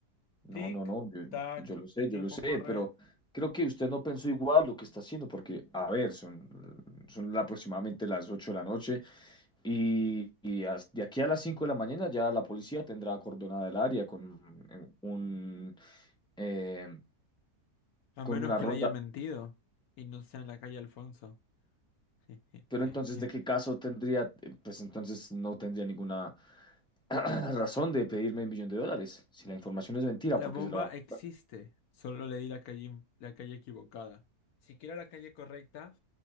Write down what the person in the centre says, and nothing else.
No,
no, no, yo,
yo lo sé,
yo
lo sé,
pero creo que usted no pensó igual lo que está haciendo, porque, a ver, son, son aproximadamente las 8 de la noche. Y, y as- de aquí a las 5 de la mañana ya la policía tendrá acordonada el área con eh, un, eh,
con
una
ronda.
Pero entonces, ¿de qué caso tendría? Eh, Pues entonces no tendría ninguna <clears throat> razón de pedirme el millón de dólares. Si la información es mentira,
porque
se la va a...